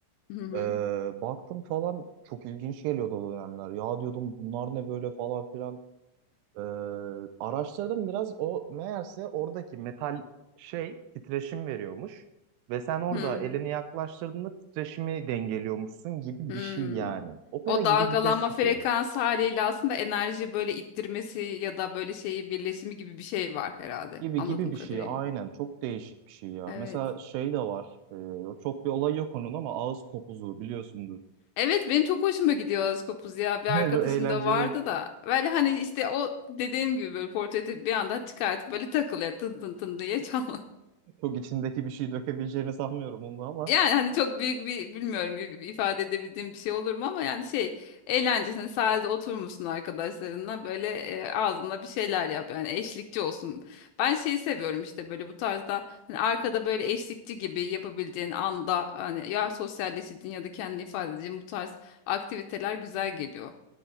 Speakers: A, on the left; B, on the right.
A: Hı hı.
B: Ee, baktım falan çok ilginç geliyordu o dönemler. Ya diyordum bunlar ne böyle falan filan. Ee, araştırdım biraz o meğerse oradaki metal şey titreşim veriyormuş. Ve sen orada
A: Hı
B: elini yaklaştırdığında titreşimi dengeliyormuşsun gibi
A: hı.
B: bir şey yani. Opera
A: O
B: gibi
A: dalgalanma
B: bir ses çıkıyor.
A: frekansı haliyle aslında enerji böyle ittirmesi ya da böyle şeyi birleşimi gibi bir şey var herhalde
B: Gibi
A: anladığım
B: gibi bir
A: kadarıyla.
B: şey aynen çok değişik bir şey ya.
A: Evet.
B: Mesela şey de var e, çok bir olay yok onun ama ağız kopuzu biliyorsundur.
A: Evet benim çok hoşuma gidiyor Askopuz ya bir
B: <laughs>
A: arkadaşım
B: Çok eğlenceli
A: da vardı da böyle hani işte o dediğim gibi böyle portatif bir anda çıkartıp böyle takılıyor tın tın tın diye çal.
B: çok içindeki bir şey dökebileceğini sanmıyorum onu ama
A: Yani hani çok büyük bir bilmiyorum i- ifade edebildiğim bir şey olur mu ama yani şey eğlencesine sahilde oturmuşsun arkadaşlarınla böyle e, ağzında bir şeyler yap yani eşlikçi olsun. Ben şeyi seviyorum işte böyle bu tarzda hani arkada böyle eşlikçi gibi yapabildiğin anda hani ya sosyalleşeceğin ya da kendini ifade edeceğin bu tarz aktiviteler güzel geliyor.